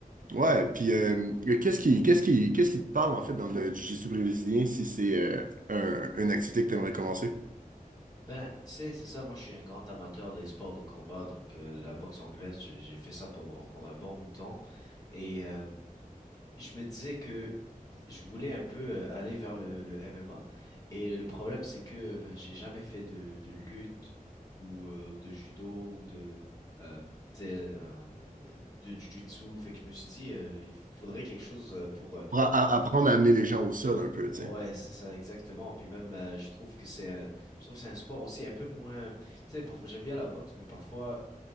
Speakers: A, on the right; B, on the left.
A: ouais, puis euh, qu'est-ce qui, qu'est-ce qui, qu'est-ce qui te parle, en fait, dans le jiu-jitsu brésilien si c'est euh, un- une activité que tu aimerais commencer?
B: Ben, tu sais, c'est ça, moi je suis un grand amateur des sports de combat, donc euh, la boxe anglaise, j'ai j'ai fait ça pendant, pendant un bon bout de temps. Et euh, Je me disais que je voulais un peu euh, aller vers le, le MMA et le problème c'est que ben j'ai jamais fait de, de lutte ou euh, de judo ou de euh, t'sais, euh, de jujutsu fait que je me suis dit euh, il faudrait quelque chose euh, pour euh,
A: Pour a- a- apprendre à amener les gens au sol un peu, tu
B: ouais
A: sais.
B: c'est ça exactement puis même euh, je trouve que c'est un- je trouve que c'est un sport aussi un peu moins tu sais parfois j'aime bien la boxe mais parfois